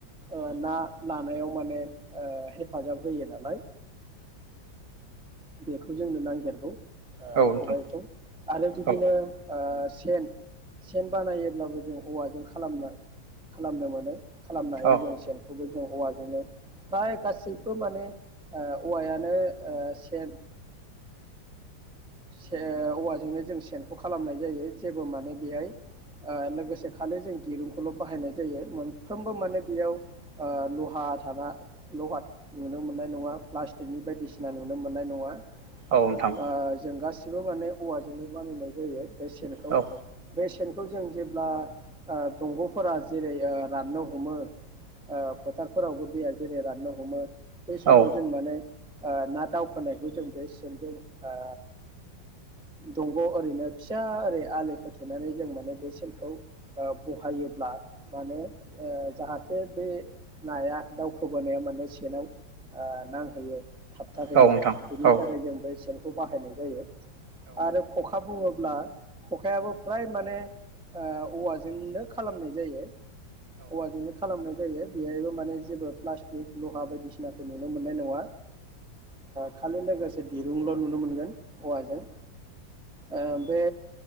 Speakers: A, in the centre; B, on the right.
A: ओ ना लानायाव माने ओ हेफाजाब होयो नालाय बेखौ जोंनो नांदेरगौ ओ
B: औ नोंथां
A: खबाइखौ आरो बिदिनो
B: औ
A: ओ सेन सेन बानायोबब्लाबो जों औवाजों खालामना खालामनो मोनो खालामनो हायो
B: औ
A: जों सेन खौबो जों औवाजोंनो फ्राय गासैबो माने औवायानो ओ सेन बे औवाजोंनो जों सेनखौ खालामनाय जायो जेबो माने बेहाय ओ लोगोसे खालि जों दिरुंखौल' बाहायनाय जायो मोनफ्रोमबो माने बेयाव ओ लहा थाना लहा नुनो मोननाय नङा प्लास्टिक बायदिसिना नु नुनो मोननाय नङा
B: औ नोंथां
A: ओ जों गासिबो माने औवाजोंनो बानायनाय जायो। बे सेनखौ
B: औ
A: बे सेन खौ जों जेब्ला ओ दंग'फोरा जेरै ओ राननो हमो ओ फोथारफोरावबो दैया जेरै राननो हमो बै समाव
B: औ
A: जों माने ओ ना दावखोनायखौ जों बे सेनजों ओ दंग' ओरैनो फिसा ओरै आलि खाथेनानै जों माने बे सेनखौ ओ बहायोब्ला माने ओ जाहाथे बे नाया दावखोबोनाया माने सेनाव ओ नांहैयो थाबथाहोयो
B: औ नोंथां
A: बेनि
B: औ नोंथां औ
A: थाखाय जों बे सेन खौ बाहायनाय जायो आरो खखा बुङो बा‌ खखायाबो फ्राय माने औवाजोंनो खालामनाय जायो औवाजोंनो खालामनाय जायो बेहायबो माने जेबो प्लास्टिक लहा बायदिसिनाखौ नुनो मोननाय नङा खालि लोगोसे दिरुंल' नुनो मोनगोन औवाजों ओ बे